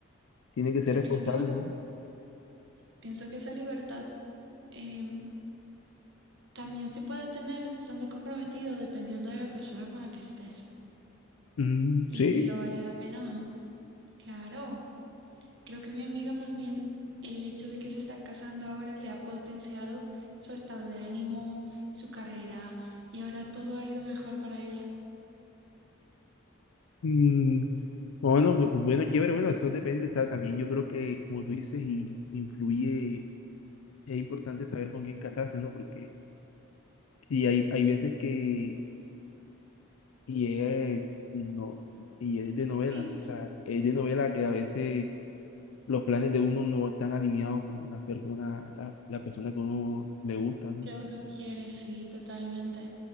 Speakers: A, on the left (about 80°); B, on the right (about 55°).
A: tiene que ser
B: Pero
A: responsable,
B: pienso,
A: ¿no?
B: pienso que esa libertad em, también se puede tener estando comprometido dependiendo de la persona con la que estés
A: Mm,
B: y
A: sí.
B: si lo vale la pena o no. Claro, creo que mi amiga más bien el hecho de que se está casando ahora le ha potenciado su estado de ánimo, su carrera y ahora todo ha ido mejor para ella.
A: Mm, bueno, bu- bu- bueno, chévere, bueno, eso depende, o sea, también yo creo que, como tú dices, y influye, es importante saber con quién casarse, ¿no? Porque y hay, hay veces que, y es, no, y es de novela,
B: Sí,
A: o sea, es de novela que a veces los planes de uno no están alineados con la persona, la, la persona que uno le gusta, ¿no?
B: que uno quiere, sí, totalmente.